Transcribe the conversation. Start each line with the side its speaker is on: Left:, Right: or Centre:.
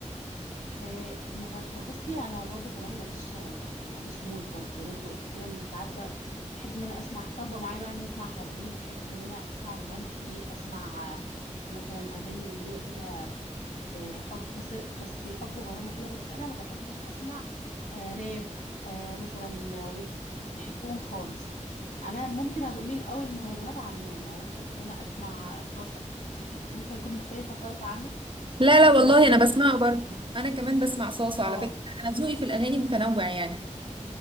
Left: آه، مغني بصي انا برضو كمان ماليش يعني ماليش مود برضو زي ما انت قلتي كده ان ساعات بقى بحب ان انا اسمع طالبه معايا بقى ان انا اسمع حزين بحب ان انا اسمع رومانسي اسمع آه، مثلا اغاني اللي هي فيها آه، حب بس بس حب وغرام وكده بس انا ما بحبش اسمع آه، راب آه، مثلا ويجز مش بحبهم خالص انا ممكن اميل قوي للمهرجانات عنهم يعني انا بحب ان انا اسمع صاصه شوفي ممكن اكون مختلفه خالص عنك
Right: لا
Left: احب
Right: لا
Left: ان
Right: والله
Left: انا مثلا
Right: انا بسمعه
Left: اسمع
Right: برضو انا كمان بسمع صاصة على
Left: اه
Right: فكرة انا ذوقي في الاغاني متنوع يعني